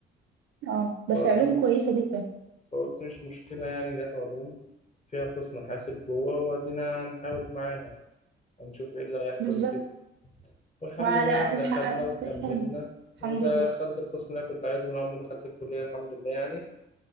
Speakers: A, on the right; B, on the left.
A: اه بس
B: فقلت
A: علوم كويسة جدا
B: فقلت مش مشكلة يعني جت علوم فيها قسم حاسب جوه وأدينا هنحاول معاها هنشوف إيه اللي هيحصل
A: بالظبط
B: وكده والحمد
A: وعلى
B: لله يعني
A: الأقل
B: دخلنا
A: حققت
B: وكملنا
A: حلمي الحمد
B: ودخلت
A: لله
B: القسم اللي أنا كنت عايزه من أول ما دخلت الكلية الحمد لله يعني